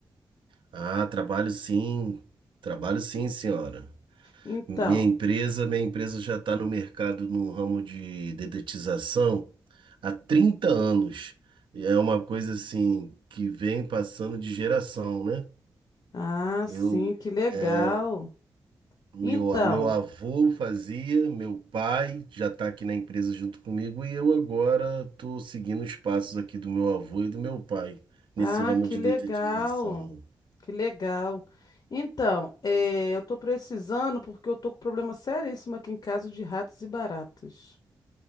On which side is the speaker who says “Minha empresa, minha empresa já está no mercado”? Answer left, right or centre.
Right